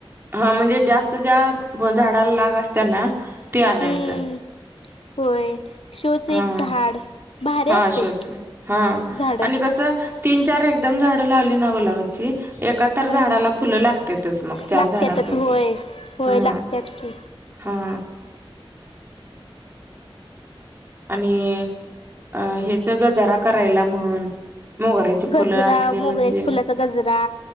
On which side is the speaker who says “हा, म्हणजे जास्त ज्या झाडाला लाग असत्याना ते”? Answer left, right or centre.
Right